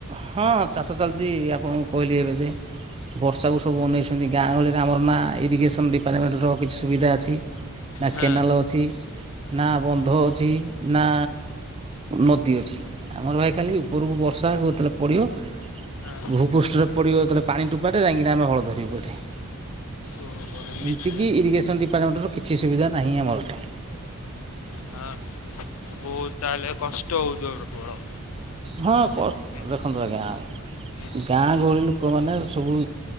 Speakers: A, on the right; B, on the left.
A: ହଁ ଚାଷ ଚାଲଛି ଆପଣଙ୍କୁ କହିଲି ଏବେ ଯେ ବର୍ଷାକୁୁ ସବୁ ଅନେଇସ ଯେମିତି ଗାଁ ଗହଳିରେ ଆମର ନା ଇରିଗେସନ ଡିପାର୍ଟମେଣ୍ଟର କିଛି ସୁବିଧା ଅଛି। ନା
B: ହଁ
A: କେନାଲ ଅଛି। ନା ବନ୍ଧ ଅଛି, ନା ନଦୀ ଅଛି। ଆମର ଭାଇ ଖାଲି ଉପରକୁ ବର୍ଷା ଯେତେବେଳେ ପଡ଼ିବ
B: ହଁ
A: ଭୂପୃଷ୍ଠରେ ପଡିବ ଯେତେବେଳେ ପାଣି ଟୋପାଟେ ଯାଇଁ କି ଆମେ ହଳ ଧରିବୁ ଏଠି। ଏମିତିକି
B: ଓହୋ ଏମିତି
A: ଇରିଗେସନ୍ ଡିପାର୍ଟମେଣ୍ଟର କିଛି ସୁବିଧା ନାହିଁ ଆମର ଏଠି।
B: ହଁ ହଁ, ବହୁତ ତାହେଲେ କଷ୍ଟ ହୋଉଥିବ ପ୍ରବଳ।
A: ହଁ କ
B: ଯେତିକି
A: ଦେଖନ୍ତୁ ଆଜ୍ଞା
B: ହୁଁ
A: ଗାଁ ଗହଳି ଲୋକମାନେ ସବୁ